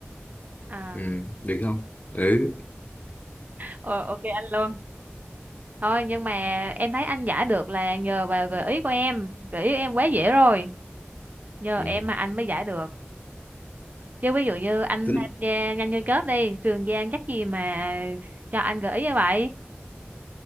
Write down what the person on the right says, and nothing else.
à
Ờ, ok anh luôn. thôi nhưng mà em thấy anh giải được là nhờ vào gợi ý của em gợi ý em quá dễ rồi nhờ
em mà anh mới giải được chứ ví dụ như anh
tham gia nhanh như chớp đi Trường Giang chắc gì mà cho anh gợi ý như vậy